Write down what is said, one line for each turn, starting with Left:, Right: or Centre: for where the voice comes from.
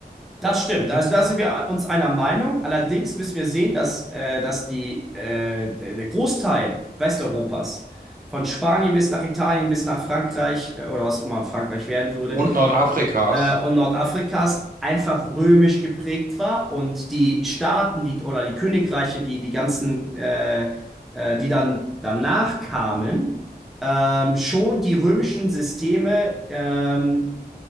Centre: Das stimmt.
Right: Die,
Centre: Also da sind wir uns einer Meinung. Allerdings müssen wir sehen, dass, äh, dass die, äh, der der Großteil Westeuropas, von Spanien bis nach Italien, bis nach Frankreich, äh, oder was immer Frankreich werden würde,
Right: und Nordafrikas.
Centre: äh, und Nordafrikas einfach römisch geprägt war und die Staaten, die oder die Königreiche, die die ganzen, äh, äh, die dann danach kamen, ähm, schon die römischen Systeme, ähm,